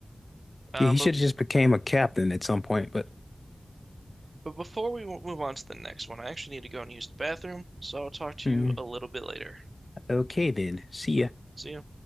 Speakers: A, on the right; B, on the left.
A: Um,
B: Yeah, he should
A: but
B: have just became a captain at some point, but
A: but before we w- move on to the next one, I actually need to go and use the bathroom, so I'll talk to
B: mm,
A: you a little bit later.
B: okay then. See ya.
A: See you.